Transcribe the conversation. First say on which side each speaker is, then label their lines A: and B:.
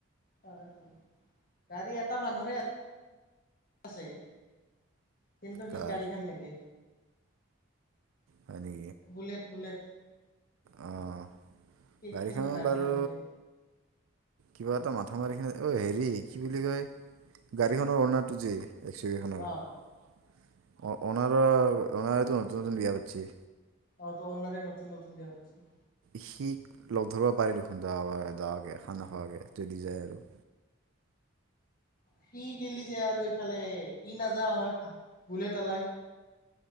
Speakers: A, on the left; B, on the right.
A: তাকেইতো। গাড়ী এটা মানুহৰে আছে। কিন্ত সি
B: কাৰ
A: গাড়ীখান নেদে।
B: হয় নি-
A: বুলেট, বুলেট।
B: অ'।
A: থিক
B: গাড়ীখনত
A: কিন্তু গাড়ীখান
B: বাৰু
A: নেদে।
B: কিবা এটা মাথা মাৰি কেনে, অহ হেৰি, কি বুলি কয়, গাড়ীখনৰ অ'নাৰটো যে- এক্স-ইউ-ভি খনৰ।
A: অ
B: অ' অ'নাৰৰ, অ'নাৰেটো নতুন নতুন বিয়া পাতিছে।
A: অ' ত' অ'নাৰে নতুন নতুন বিয়া পাতছি।
B: সি লগ ধৰিবা পাৰে দেখোন যোৱাৰ যাৱাকে, খানা খোৱাকে। যদি যায় আৰু।
A: সি গিলি যে আৰু ইফালে ই নাযাৱা হয়, ভা, বুলেট ওলাই।